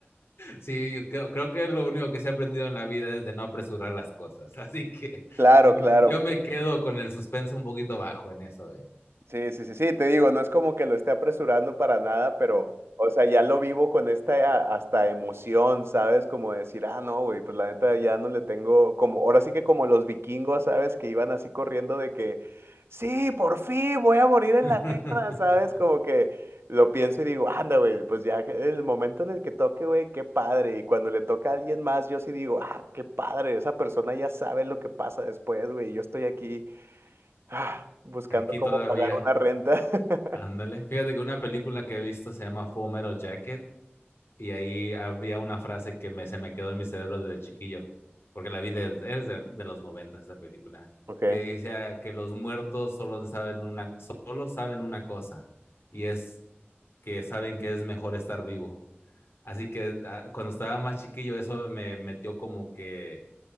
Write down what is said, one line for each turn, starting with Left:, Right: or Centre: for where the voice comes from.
Left: Sí, yo creo, creo que lo único que se ha aprendido en la vida es de no apresurar las cosas. <laughs> Así que
Right: Claro,
Left: yo
Right: claro,
Left: me, yo me quedo con el suspenso un poquito bajo en eso, ¿eh?
Right: Sí, sí, sí, sí, te digo, no es como que lo esté apresurando para nada, pero, o sea, ya lo vivo con esta a- hasta emoción, ¿sabes? Como decir, ah, no, güey, pues la neta ya no le tengo, como, ahora sí que como los vikingos, ¿sabes? Que iban así corriendo de que, sí, por fin voy a morir en
Left: <laughs>
Right: la guerra, ¿sabes? Como que lo pienso y digo, anda, güey, pues ya que- el momento en el que toque, güey, qué padre. Y cuando le toca a alguien más, yo sí digo, ah, qué padre, esa persona ya sabe lo que pasa después, güey, yo estoy aquí Ah, Buscando
Left: Aquí
Right: cómo
Left: todavía.
Right: pagar una renta. <laughs>
Left: Ándale. Fíjate que una película que he visto se llama Full Metal Jacket y ahí había una frase que me, se me quedó en mi cerebro desde chiquillo, porque la vi desde, es de, de los 90 esta película,
Right: Ok,
Left: que decía que los muertos solo saben una, solo saben una cosa y es que saben que es mejor estar vivo. Así que ah, cuando estaba más chiquillo, eso me metió como que